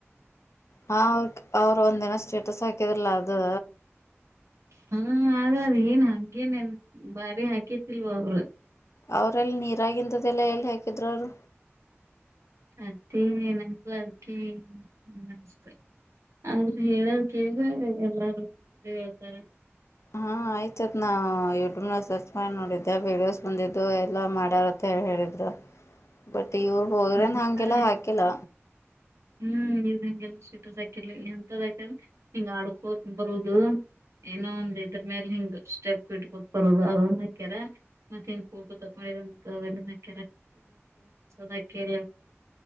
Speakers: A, on the left (about 75°); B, on the right (about 80°).
A: ಹ ಅವ್ರ ಅವ್ರ ಒಂದಿನ ಸ್ಟೇಟಸ್ ಹಾಕಿದ್ರಲ ಅದು
B: ಹಾ ಅದ್ ಏನ್ ಹಾಗೇನನ್ ಬಾರಿ ಹಾಕಿತಿಲ್ವ ಅವರು
A: ಅವ್ರಲ್ಲಿ ನೀರಾಗಿಂದ ದೆಲ್ಲ ಎಲ್ಲಿ ಹಾಕಿದರು ಅವರು
B: ಮತ್ತೆ ನಂಗ ಅದಕ್ಕೆಸ್ ಆದ್ರೆ ಹೇಳದ ಕೇಳಿದ್ರೆ ಎಲ್ಲಾರು ಹೇಳ್ತಾರೆ
A: ಹಾ ಆಯ್ತತ್ ನಾ್ ಯೂಟ್ಯೂಬ್ ನ ಸರ್ಚ್ ಮಾಡಿ ನೋಡಿದ್ದೆ ವೀಡಿಯೋಸ್ ಬಂದಿದ್ದು ಎಲ್ಲಾ ಮಾಡಾರಂತ ಹೇಳಿ ಹೇಳಿದ್ರ ಬಟ್ ಇವರು ಹದ್ರೆನ್
B: ಹ್ಮ್
A: ಹಂಗೆಲ್ಲ
B: ಆದ್ರೆ
A: ಹಾಕಿಲ್ಲ
B: ಹ್ಮ್ ಇವ್ ಹಂಗೆಲ್ಲ ಸ್ಟೇಟರ್ಸ್ ಹಾಕಿರ್ಲಿ ಎಂತದಾಕಿದ್ರ ಹಿಂಗ ಆಡ್ಕೋತ ಬರುದು ಏನೋ ಒಂದ್ ಇದ್ರ ಮೇಲ್ ಹಿಂಗ್ ಸ್ಟೆಪ್ ಇಟ್ಕೊತ್ ಬರೋದ್ ಅದು ಒಂದು ಹಾಕ್ಯರ ಮತ್ ಹಿಂಗ ಫೋಟೋ ತೊಕೊಂದ್.... ಇರ ಮತ್ತಸ ಅದಲ್ಲ <unintelligible>